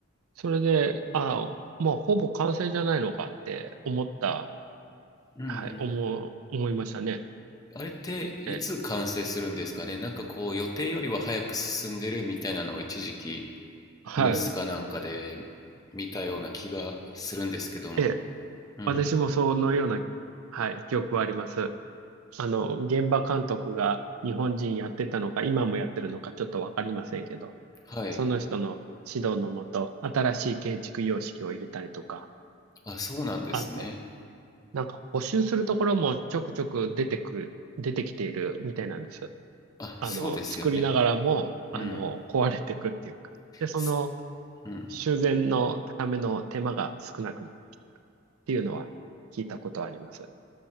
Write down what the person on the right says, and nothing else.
それで、ああ、まあ、ほぼ完成じゃないのかって思った、
はい、思う、思いましたね。
ええ、
はい。
ええ、
私もそのような、はい、記憶はあります。あの、現場監督が日本人やってたのか、今もやってるのか、ちょっとわかりませんけど、
その人の指導のもと、新しい建築様式を入れたりとか、
あと、なんか補修するところもちょくちょく出てく、出てきているみたいなんです。
あの、作りながらも、あの、
壊れてくっていうか。で、その
修繕のための手間が少なくなってきてるっていうのは聞いたことあります。